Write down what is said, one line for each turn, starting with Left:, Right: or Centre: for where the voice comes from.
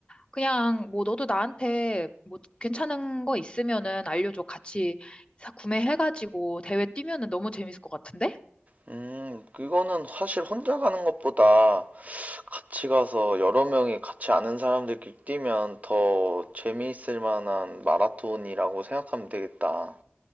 Left: 그냥 뭐 너도 나한테 뭐 괜찮은 거 있으면은 알려줘. 같이 사- 구매해가지고 대회 뛰면은 너무 재밌을 것 같은데?
Right: 음, 그거는 사실 혼자 가는 것보다 같이 가서 여러 명이 같이 아는 사람들끼리 뛰면 더 재미있을 만한 마라톤이라고 생각하면 되겠다.